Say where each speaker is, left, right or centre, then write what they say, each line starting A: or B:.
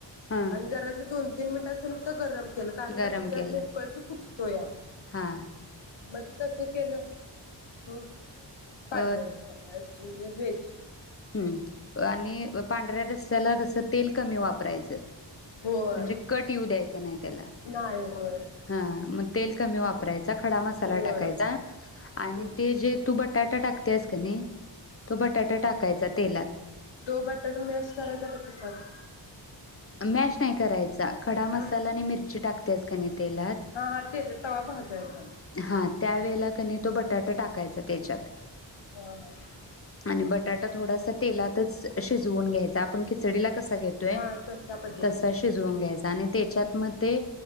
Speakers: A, on the left; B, on the left.
A: हा
B: आणि जराच दोन तीन मिनटांचं नुकत गरम केलं कारण
A: गरम
B: का ते जास्त
A: केला
B: उकळकी फुटतोया या
A: हा
B: मग ते तस केलं हम पांढऱ्या
A: अ
B: रस्याला म्हणजे व्हेज
A: हम आणि पांढऱ्या रस्याला कस तेल कमी वापरायच
B: होय
A: म्हणजे कट येऊ द्यायच नाही त्याला
B: नाही होय
A: हा मग तेल कमी वापरायचा खडा मसाला
B: होय
A: टाकायचा आणि
B: होय.
A: ते जे बट बटाटा टाकतेस का नाही तो बटाटा टाकायचा तेलात
B: तो बटाटा मॅश करायचा का तसाच
A: मॅश नाही करायचा खडा
B: हा
A: मसाला आणि मिरची टाकतेस की नाही तेलात
B: हा तेच <unintelligible>
A: हा त्या वेळेला कनी तो बटाटा टाक. याचा त्याच्यात
B: हा हा
A: आणि बटाटा थोडासा तेलातच शिजवून घ्यायच आपण खिचडीला कस घेतोय
B: हा तसा पद्धतीने
A: तसा शिजवून घ्यायचा आणि त्याच्यात म ते